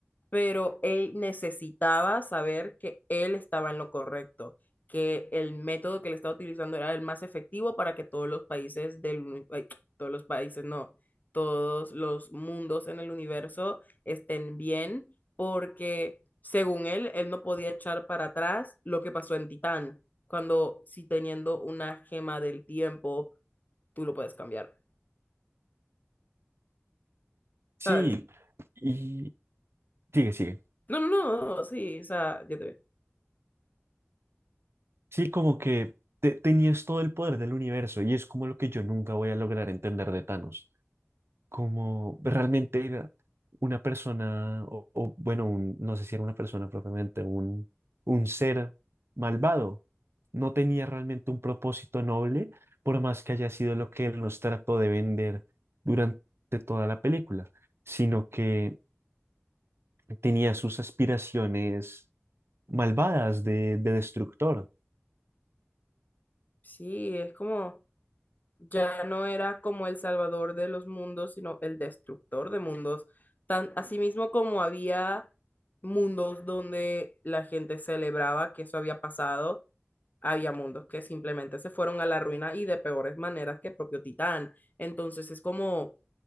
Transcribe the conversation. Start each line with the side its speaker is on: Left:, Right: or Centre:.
Left: pero él necesitaba saber que él estaba en lo correcto, que el método que él estaba utilizando era el más efectivo para que todos los países del, uni- ay, todos los países, no, todos los mundos en el universo estén bien, porque según él, él no podía echar para atrás lo que pasó en Titán, cuando si teniendo una gema del tiempo, tú lo puedes cambiar.
Right: Sí,
Left: ¿Sabes?
Right: y sigue, sigue.
Left: No, no, no, sí, o sea, ya te vi.
Right: Sí, como que te- tenías todo el poder del universo y es como lo que yo nunca voy a lograr entender de Thanos. Como realmente era una persona, o, o, bueno, un- no sé si era una persona propiamente, un, un ser malvado. No tenía realmente un propósito noble, por más que haya sido lo que él nos trató de vender durante toda la película, sino que tenía sus aspiraciones malvadas de de destructor.
Left: Sí, es como, ya no era como el salvador de los mundos, sino el destructor de mundos. Tan, mismo como había mundos donde la gente celebraba que eso había pasado, había mundos que simplemente se fueron a la ruina y de peores maneras que el propio Titán. Entonces es como,